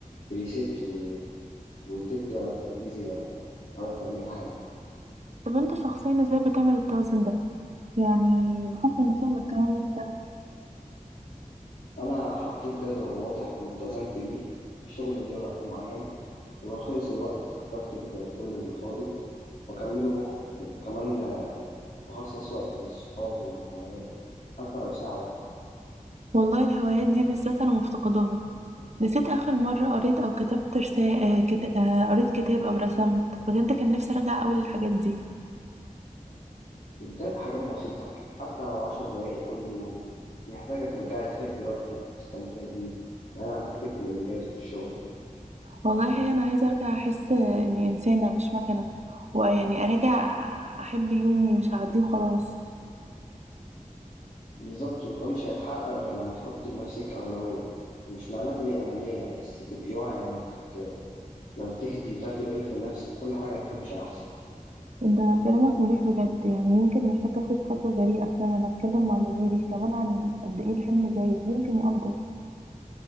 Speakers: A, on the left; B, on the right.
A: تريست و- وتدي ولا تنجزي ولا ولا تعملي حاجة
B: طب انت شخصيا ازاي بتعمل التوازن ده يعني بحكم إن شغلك كمان مش سهل
A: أنا حطيت جدول واضح والتزمت بيه الشغل ليه وقت معين ولو خلص الوقت بكتب كل اللي فاضل وأكمله بكرة وكمان بخصص وقت للصحاب والهوايات حتى لو ساعة واحدة
B: والله الهوايات دي بالذات أنا مفتقداها نسيت آخر مرة قريت أو كتبت رسالة كت... آه، قريت كتاب أو رسمت بجد كان نفسي أرجع أوي للحاجات دي
A: ابدأي بحاجات بسيطة حتى لو عشر دقايق كل يوم أنت محتاجة ترجعي تحبي وقتك وتستمتعي بيه بعيد عن فكرة الإنجاز والشغل.
B: والله الحقيقة أنا عايزة أرجع أحس إني إنسانة مش مكنة ويعني أرجع أحب يومي مش هعديه وخلاص
A: بالظبط وده مش هيتحقق غير لما تحطي لنفسك أولوية مش معناه تبقي أنانية بس تبقي واعية إنك لو تهدي وتاخدي بالك من نفسك كل حاجة هتمشي أحسن
B: أنت كلامك مريح بجد يعني يمكن محتاج أخد خطوة جريئة فعلا أتكلم مع مديري كمان عن قد إيه الحمل زايد يمكن يقدر